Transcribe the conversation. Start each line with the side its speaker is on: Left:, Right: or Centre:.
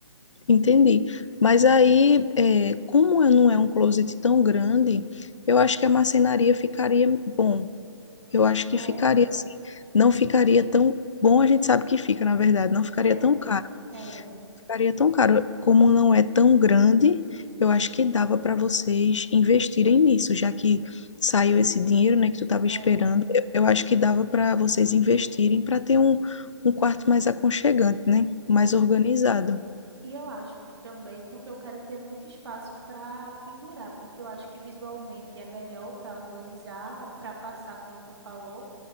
Left: entendi. Mas aí, é, como eu não é um closet tão grande, eu acho que a marcenaria ficaria bom. Eu acho que
Right: É,
Left: ficaria assim. Não ficaria tão bom, a gente sabe que fica, na verdade, não ficaria
Right: é,
Left: tão caro.
Right: é,
Left: Ficaria tão caro. Como não é tão grande, eu acho que dava para vocês investirem nisso, já que saiu esse dinheiro, né, que tu estava esperando.
Right: é,
Left: Eu, eu acho que dava para vocês investirem para ter um, um quarto mais aconchegante, né? Mais
Right: é.
Left: organizado.
Right: E eu acho que também, porque eu quero ter muito espaço para pendurar, porque eu acho que visualmente é melhor para organizar, para passar, como tu falou.